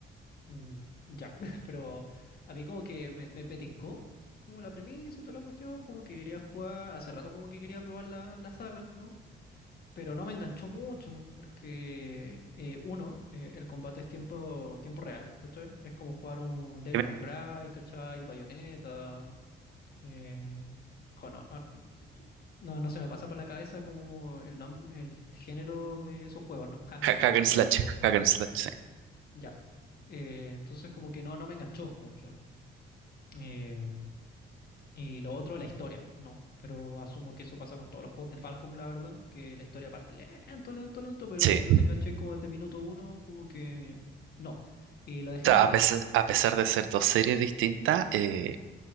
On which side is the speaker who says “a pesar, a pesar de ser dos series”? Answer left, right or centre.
Right